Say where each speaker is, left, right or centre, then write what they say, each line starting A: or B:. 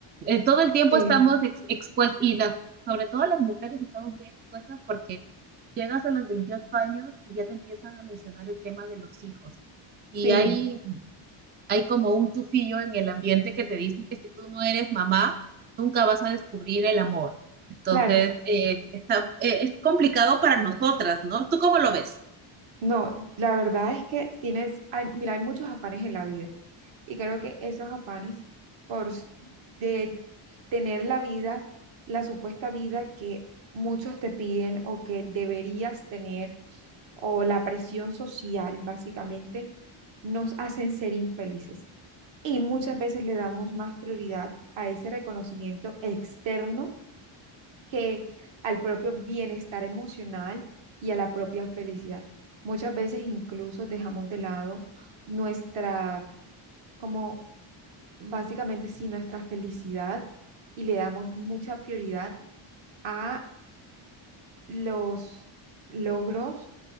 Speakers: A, on the right; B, on the right.
A: Eh, todo el tiempo
B: sí,
A: estamos expuestas y las, sobre todo las mujeres estamos muy expuestas porque llegas a los 28 años y ya te empiezan a mencionar el tema de los hijos.
B: sí,
A: Y hay hay como un tufillo en el ambiente que te dice que si tú no eres mamá, nunca vas a descubrir el amor. Entonces,
B: claro.
A: eh, está, eh, es complicado para nosotras, ¿no? ¿Tú cómo lo ves?
B: No, la verdad es que tienes, hay- mira, hay muchos afanes en la vida y creo que esos afanes por s- de tener la vida, la supuesta vida que muchos te piden o que deberías tener o la presión social, básicamente, nos hacen ser infelices. Y muchas veces le damos más prioridad a ese reconocimiento externo que al propio bienestar emocional y a la propia felicidad. Muchas veces incluso dejamos de lado nuestra, como básicamente sí, nuestra felicidad y le damos mucha prioridad a los logros